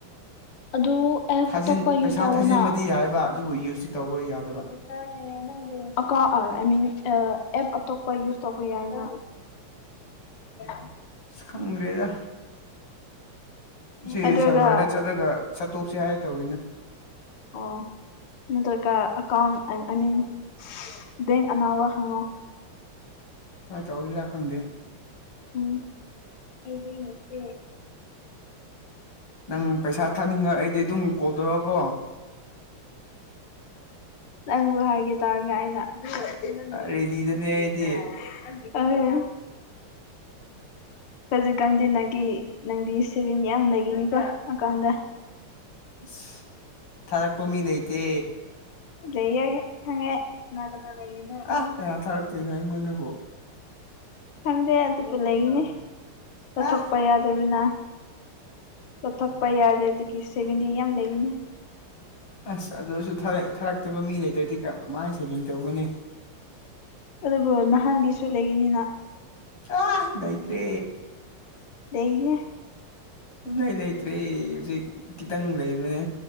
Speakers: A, on the left; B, on the left.
A: ꯑꯗꯨ ꯑꯦꯞ
B: ꯊꯥꯖꯤꯟ
A: ꯑꯇꯣꯞꯄ ꯌꯨꯁ
B: ꯄꯩꯁꯥ
A: ꯇꯧꯑꯣꯅ
B: ꯊꯥꯖꯤꯟꯕꯗꯤ ꯌꯥꯏꯕ ꯑꯗꯨꯕꯨ ꯌꯨꯁꯇꯤ ꯇꯧꯕ ꯌꯥꯗꯕ꯫
A: ꯕꯦꯔꯥꯅꯤꯅꯦ ꯅꯪꯗꯨ ꯑꯀꯥꯎ ꯑꯥꯏ ꯃꯤꯟ ꯑꯥ ꯑꯦꯞ ꯑꯇꯣꯞꯄ ꯌꯨꯁ ꯇꯧꯕ ꯌꯥꯏꯅꯥ <unintelligible>
B: ꯈꯪꯗ꯭ꯔꯤꯗ ꯁꯤ
A: ꯑꯗꯨꯒ
B: ꯁꯩꯕꯔꯗ ꯆꯠꯂꯒ ꯁꯠꯇꯣꯛꯁꯦ ꯍꯥꯏꯔ ꯇꯧꯔꯤꯅꯤ
A: ꯑꯣ ꯅꯠꯇ꯭ꯔꯒ ꯑꯦꯀꯥꯎꯟ ꯑꯥꯏ ꯑꯥꯏ ꯃꯤꯟ ꯕꯦꯡ ꯑꯅꯧꯕ ꯍꯥꯡꯉꯣ꯫
B: ꯃꯥꯏ ꯇꯧꯁꯤꯔꯥ ꯈꯪꯗꯦ
A: ꯎꯝ ꯑꯩꯗꯤ <unintelligible>
B: ꯅꯪ ꯄꯩꯁꯥ ꯊꯥꯅꯤꯡꯔ ꯑꯩꯗꯤ ꯑꯗꯨꯝ ꯀꯣꯜ ꯇꯧꯔꯣꯀꯣ
A: ꯅꯪꯕꯨ ꯍꯥꯏꯒꯦ ꯇꯧꯔꯒ ꯑꯩꯅ <unintelligible>
B: ꯔꯦꯗꯤꯗꯅꯦ ꯑꯩꯗꯤ
A: ꯑꯣꯢ ꯍꯖꯤꯛꯀꯥꯟꯗꯤ ꯅꯪꯒꯤ ꯅꯪꯗꯤ ꯁꯦꯚꯤꯡ ꯌꯥꯝ ꯂꯩꯒꯤꯅꯤꯀꯣ ꯑꯀꯥꯎꯟꯗ꯫
B: ꯑꯁ ꯊꯥꯔꯛꯄ ꯃꯤ ꯂꯩꯇꯦ
A: ꯂꯩꯌꯦ ꯈꯪꯉꯦ ꯀꯅꯥ ꯀꯅꯥ ꯂꯩꯔꯤꯅꯣ
B: ꯑꯥ ꯀꯅꯥ ꯊꯥꯔꯛꯇꯣꯏꯅꯣ ꯑꯩꯉꯣꯟꯗꯕꯨ
A: ꯈꯪꯗꯦ ꯑꯗꯨꯕꯨ ꯂꯩꯒꯅꯤ ꯇꯊꯣꯛꯄ
B: ꯑꯥ
A: ꯌꯥꯗꯕꯅ ꯇꯊꯣꯛꯄ ꯌꯥꯗꯕꯒꯤ ꯁꯦꯚꯤꯡꯗꯤ ꯌꯥꯝ ꯂꯩꯔꯤꯅꯤ
B: ꯑꯁ ꯑꯗꯨꯖꯨ ꯊꯥꯔꯛ ꯊꯥꯔꯛꯇꯕ ꯃꯤ ꯂꯩꯇ꯭ꯔꯗꯤ ꯀꯃꯥꯏ ꯁꯦꯚꯤꯡ ꯇꯧꯒꯅꯤ
A: ꯑꯗꯨꯕꯨ ꯅꯍꯥꯟꯒꯤꯁꯨ ꯂꯩꯒꯅꯤꯅꯥ
B: ꯑꯥ ꯂꯩꯇꯦ
A: ꯂꯩꯅꯦ
B: ꯁꯨꯡꯂꯩ ꯂꯩꯇ꯭ꯔꯦ ꯍꯨꯖꯤꯛ ꯈꯤꯇꯪ ꯂꯩꯕꯅꯦ